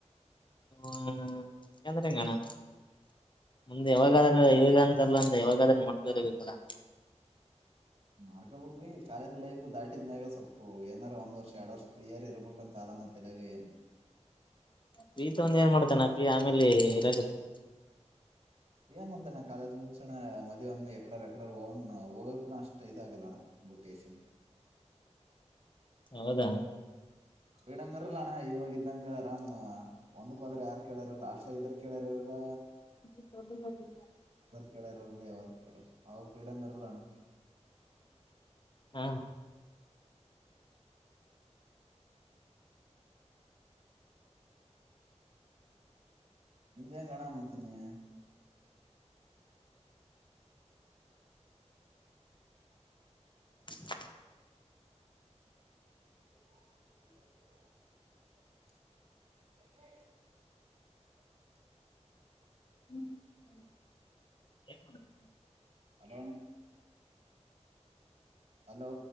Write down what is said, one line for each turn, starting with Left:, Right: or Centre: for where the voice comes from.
Left: ಹ್ ಹಂಗಂದ್ರೆ ಹೆಂಗಣ ಮುಮ್ದೆ ಯಾವಾಗಾದ್ರೂ ಇವಗ ಅಂತಲ್ಲ ಅಂದ್ರೆ ಯಾವಾಗಾದ್ರೂ ಮಡ್ಕರಬೇಕಲ್ಲ
Right: ಮಾರ್ಕೋಬೇಕು ಈ ಕಾಲೇಜ್ ಲೈಫ್ ದಾಟಿದ ಮ್ಯಾಗ ಸೊಪ್ಪು ಏನಾರ ಒಂದ್ ವರ್ಷ ಎರಡ್ ವರ್ಷ ಫ್ರೀಯಾರ ಇರ್ಬೇಕ ಅಂತ ಆದಣ ತಿಲ್ಯಗ ಏನ
Left: ಪ್ರೀ ತಗೊಂಡು ಒಂದ ಏನ್ ಮಾಡ್ತಾನಾ ಪ್ರೀ ಆಮೇಲೆ ಇರಾಗತ್ತೆ
Right: ಏನ್ ಮಾಡ್ತಾರ ನಾ ಕಾಲೇಜ್ ಮುಗಸಣ ಮದುವೆ ಮಾಡ್ಕೊಂಡು ಎಕಡ ಎಡ ಹೋಗಂಗಣ ಹೋಗಕ್ ನ ಅಷ್ಟ್ ಇವಾಗ ಬುಟ್ಟೇಗೆಶನ್
Left: ಹೌದಾ
Right: ಫ್ರೀಡಂ ಇರಲಣ್ಣ ಇವಾಗ ಇದಂಗ ರಾಮ್ ಒಂದಕ್ ಹೋದ್ರೆ ಯಾರ ಕೇಳಾರ ಲಾಸ್ಟ್ಲ ಎದರು ಕೇಳ್ಯಾರಲ್ಲ
Left: ಬ
Right: ಕೇಳ ಇರಲ್ಲ ಯಾವಾಗ ಕೇಳ ಅವಾಗ ಫ್ರೀಡಮ್ ಇರಲ್ಲಾನ
Left: ಹಾ
Right: ನಿಿಂದ ಹೆಂಗ ಗಣ ಮಾಡತೀನಿ
Left: ಹ
Right: ಏ
Left: ಹ್ಮ್
Right: ಹಲೋಣ ಹಲೋ